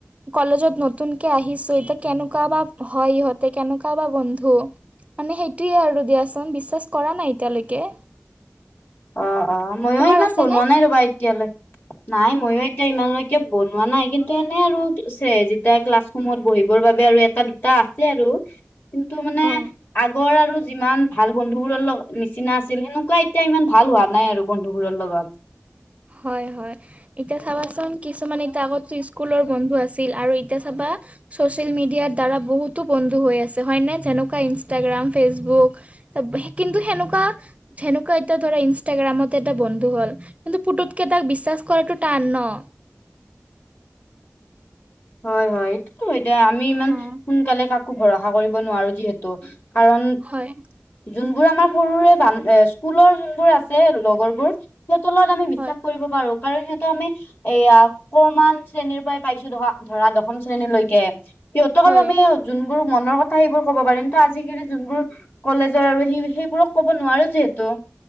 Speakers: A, on the right; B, on the left.
A: কলেজত নতুনকে আহিছোঁ এতিয়া কেনেকুৱা বা হয় ইহঁতে কেনেকুৱা বা বন্ধু। মানে সেইটোয়ে আৰু দিয়াচোন বিশ্বাস কৰা নাই এতিয়ালৈকে।
B: অ, অ, ময়ো
A: তোমাৰ
B: ইমান
A: আছেনে?
B: বনোৱা নাই ৰবা এতিয়ালৈ। নাই ময়ো এতিয়া ইমানলৈকে বনোৱা নাই কিন্তু এনে আৰু যেতিয়া ক্লাছৰুমত বহিবৰ বাবে আৰু এটা দুটা আছে আৰু। কিন্তু মানে
A: অ',
B: আগৰ আৰু যিমান ভাল বন্ধুবোৰৰ লগ নিচিনা আছিল সেনেকুৱা এতিয়া ইমান ভাল হোৱা নাই আৰু বন্ধুবোৰৰ লগত।
A: হয়, হয়। এতিয়া চাবাচোন কিছুমান এতিয়া আগতটো স্কুলৰ বন্ধু আছিল আৰু এতিয়া চাবা চচিয়েল মিডিয়াৰ দ্বাৰা বহুতো বন্ধু হৈ আছে হয়নে যেনেকুৱা ইনষ্টাগ্ৰাম ফেচবুক কিন্তু সেনেকুৱা সেনেকুৱা এতিয়া ধৰা ইনষ্টাগ্ৰামত এটা বন্ধু হল, কিন্তু পুতুতকে তাক বিশ্বাস কৰাটো টান ন?
B: হয়, হয়, সেইটোতো এতিয়া আমি ইমান
A: অ',
B: সোনকালে কাকো ভৰসা কৰিব নোৱাৰো যিহেতু। কাৰণ
A: হয়
B: যোনবোৰ আমাৰ সৰুৰে বান্ধ স্কুলৰ যোনবোৰ আছে লগৰবোৰ সেইহতৰ লগত আমি বিশ্বাস
A: হয়
B: কৰিব পাৰো কাৰণ যিহেতটো আমি এয়া কমান শ্ৰেণীৰ পৰাই পাইছো ধৰা ধৰা দশম শ্ৰেণীলৈকে সিহঁতৰক
A: হয়।
B: আৰু আমি যোনবোৰ মনৰ কথা সেইবোৰ ক'ব পাৰি কিন্তু আজিকালি যোনবোৰ কলেজৰ আৰু সেই সেইবোৰক ক'ব নোৱাৰো যিহেতু।